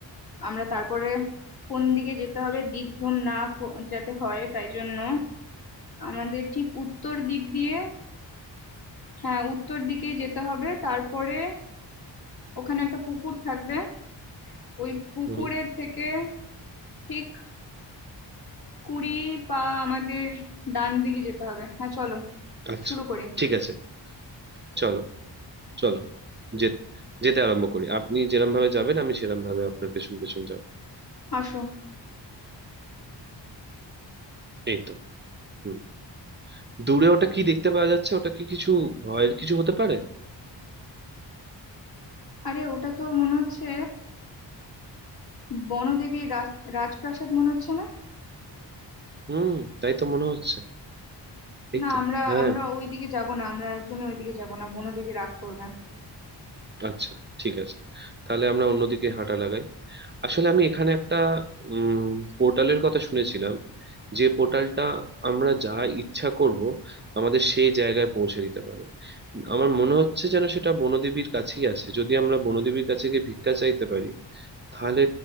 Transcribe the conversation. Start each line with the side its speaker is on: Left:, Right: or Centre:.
Left: আমরা তারপরে কোন দিকে যেতে হবে দিকভ্রম না ক- যাতে হয় তাই জন্য আমাদের ঠিক উত্তর দিক দিয়ে হ্যাঁ উত্তর দিকেই যেতে হবে তারপরে ওখানে একটা পুকুর থাকবে ওই পুকুরের
Right: হুম
Left: থেকে ঠিক কুড়ি পা আমাদের ডান দিকে যেতে হবে হ্যাঁ চলো
Right: আচ্ছা
Left: শুরু করি
Right: ঠিক আছে চলো চলো যে যেতে আরম্ভ করি আপনি যেরম ভাবে যাবেন আমি সেরম ভাবে আপনার পেছন পেছন যাব
Left: আসো
Right: এই তো হুম দূরে ওটা কি দেখতে পাওয়া যাচ্ছে ওটা কি কিছু ভয়ের কিছু হতে পারে
Left: আরে ওটা তো মনে হচ্ছে বনদেবীর রাজ রাজপ্রাসাদ মনে হচ্ছে না
Right: হুম তাই তো মনে হচ্ছে এই
Left: না
Right: তো
Left: আমরা
Right: হ্যাঁ
Left: আমরা ওই দিকে যাব না আমরা একদমই ওইদিকে যাব না বনদেবী রাগ করবে
Right: আচ্ছা ঠিক আছে তাহলে আমরা অন্যদিকে হাঁটা লাগাই আসলে আমি এখানে একটা উম পোর্টালের কথা শুনেছিলাম যে পোর্টালটা আমরা যা ইচ্ছা করব আমাদের সেই জায়গায় পৌঁছে দিতে পারে আমার মনে হচ্ছে যেন সেটা বনদেবীর কাছেই আছে যদি আমরা বনদেবীর কাছে গিয়ে ভিক্ষা চাইতে পারি তাহলে